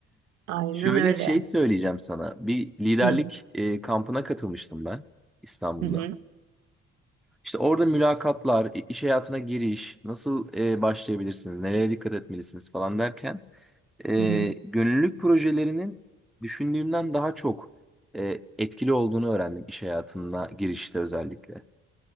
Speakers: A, on the right; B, in the centre.
A: Aynen
B: Şöyle
A: öyle.
B: şey söyleyeceğim sana. Bir liderlik
A: Hı.
B: e, kampına katılmıştım ben İstanbul'da.
A: Hı hı.
B: İşte orada mülakatlar, i- iş hayatına giriş, nasıl e, başlayabilirsiniz, nereye dikkat etmelisiniz falan derken e,
A: Hı hı.
B: gönüllülük projelerinin düşündüğümden daha çok e, etkili olduğunu öğrendim iş hayatına girişte özellikle.